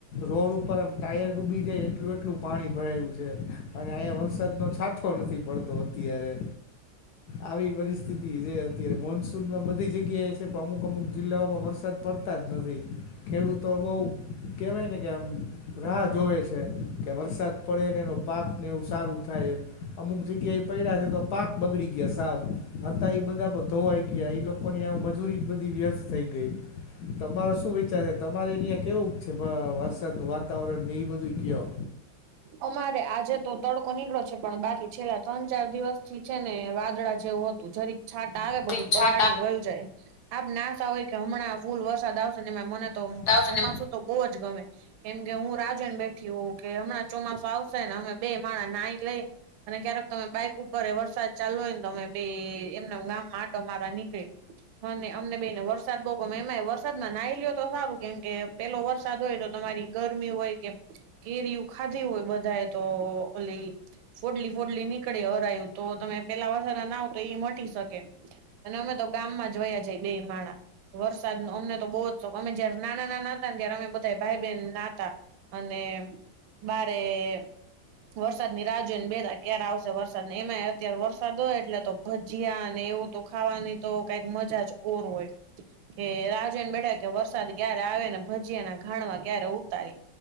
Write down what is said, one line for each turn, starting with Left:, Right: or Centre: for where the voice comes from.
Left: રોડ ઉપર આમ ટાયર ડૂબી જાય એટલું એટલું પાણી ભરાયું છે અને અહીંયા વરસાદ નો છાઠો નથી પડતો. નો અત્યારે આવી પરિસ્થિતિ જે અત્યારે મોન્સૂનમાં બધી જગ્યાએ છે પણ અમુક અમુક જિલ્લાઓમાં વરસાદ પડતાજ નથી ખેડૂતો બહુ કેવાય ને કે આમ રાહ જોવે છે કે વરસાદ પડે ને એનો પાક ને એવું સારું થાય એમ. અમુક જગ્યા એ પડ્યા છે તો પાક બગડી ગયા સાવ હતા એ બધા ધોવાઈ ગયા એ લોકોની આવ મજૂરી બધી વ્યસ્ત થઈ ગઈ. તમારા શું વિચારે તમારે અહિયાં કેવું છે વરસાદ નુ વાતાવરણ ને એ બધું કયો.
Right: અમારે આજે તો તડકો નીકળો છે પણ બાકી છેલ્લા ત્રણ ચાર દિવસ થી છે ને વાદળા જ જેવું હતું જરીક છાંટ આવે બધું
Left: ઠીકઠાક
Right: પલાળીને વયું જાય આપ નાતા હોય કે હમણાં ફૂલ વરસાદ આવશે ને એ મને તો
Left: આવશે
Right: ચોમાસું તો બહુજ ગમે કેમ કે હું રા જોઈને બેઠી હોઉં કે હમણાં આવશે ને અમે બે માણા નાઈ લઈ. અને ક્યારેક તમે બાઈક ઉપર એ વરસાદ ચાલો હોય ને તમે બે એમના આમ ગામમાં આટો મારા નીકળી. મને અમને બે ને વરસાદ બહુ એમાં વરસાદમાં નાહિ લીયો તો સારું કેમ કે પેલો વરસાદ હોય તો તમારી ગરમી હોય કે કેરિયુ ખાધી હોય બધાએ તો ઓલી ફોડલી ફોડલી નીકળે હરાયું તો તમે પેલા વરસાદ ના આવ તો એ મટી શકે. અને અમે તો ગામ માં જોયા જાય બે માણા. વરસાદ નો અમને તો બહુજ શોખ અમે જયારે નાના નાના હતા ને ત્યારે અમે બધા ભાઈ બેન નાતા. અને. બારે. વરસાદ ની રાહ જોઈ ને બેતા ક્યારે આવશે વરસાદ ને એમાં અત્યારે વરસાદ હોય એટલે તો ભજીયા અને એવું. તો ખાવાની તો કઈક મજાજ ઓર હોય. કે રાહ જોઇને બેઠા કે વરસાદ ક્યારે આવે ને ભજીયાના ઘાણવા ક્યારે ઉતારી.